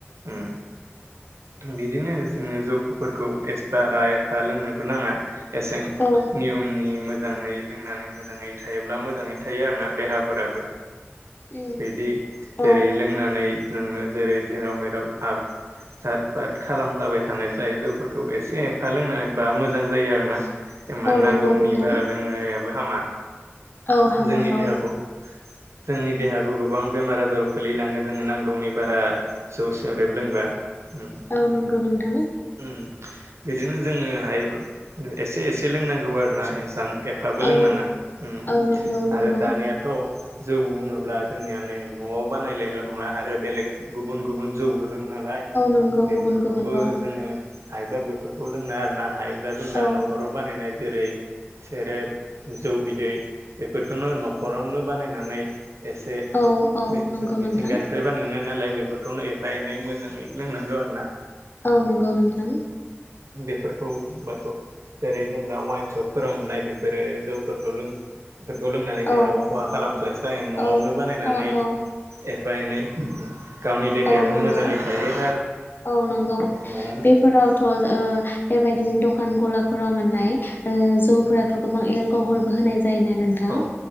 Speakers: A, on the right; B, on the left.
A: उम। थबिदिनो जोङो जौफोरखौ एसबारा एसफा लोंनोबो नाङा। एसें
B: औ
A: नियमनि मो मोजाङै लोंनानै मोजाङै थायोब्ला मोजाङैनो थायो आर ना देहाफोराबो।
B: उम
A: बिदि जेरै
B: औ
A: लोंनानै जोङो जेरै जेराव मेराव आब साब बाद खालामलाबाय थानाय जायो जौफोरखौ एसे एफा लोंनानै बा मोजां जायो आरो ना। मानो
B: औ नंगौ
A: नांगौनि
B: नोंथां
A: बारा लोंनायाबो हामा।
B: औ हामा
A: जोंनि
B: औ।
A: देहाखौ जोंनि देहाखौ गोबां बेमार आजाराव खोलैलाङो जोङो नांगौनि बारा जौ सेरेब लोंबा, उम
B: औ नंगौ नोंथां
A: उम बिदिनो जोङोहाय, एसे एसे लोंनांगौ आरो ना ए मोजां एफाबो लोंनाङा
B: औ
A: उम
B: औ नंगौ नंगौ
A: आरो दानियाथ' जौ बुङोब्ला जोंनिया नै न'आव बानायनायल नङा आरो बेलेग गुबुन गुबुन जौबो दङ नालाय
B: नोंगौ
A: बेफोरखौबो
B: गुबुन गुबुन औ
A: जोङो हायोबा बेफोरखौ लोंनाङा आरो ना, हायोब्ला जों दा
B: औ
A: न'खराव बानायनाय जेरै सेरेब जौ बिदै बेफोरखौनो न'खरावनो बानायनानै एसे
B: औ औ
A: मिथिंगानिफ्राय
B: नंगौ नोंथां
A: बानायनो नालाय बेफोरखौनो एफा एनै मोजाङै लोंनांगौ आरो ना?
B: औ नंगौ नोंथां
A: बेफोरखौ बा जेरै जों दा वाइन सपफोराव मोननाय बेफोरो जौफोरखौ लों, बेफोरखौ लोंनानै देहाखौ
B: औ
A: खहा
B: नंगौ
A: खालामस्लायस्लाय न'आवनो
B: औ
A: बानायनानै
B: खालाम
A: ए
B: औ
A: बायनाय गावनि देहायाबो
B: औ नंगौ
A: मोजाङै थायो,
B: औ नंगौ
A: न'आवनो
B: बेफोरावथ' ओ ओ बेबायदिनो द' कान गलाफोराव मोननाय ओ जौफोराथ‌' गोबां एर कहलबो होनाय जायोना नोंथां
A: औ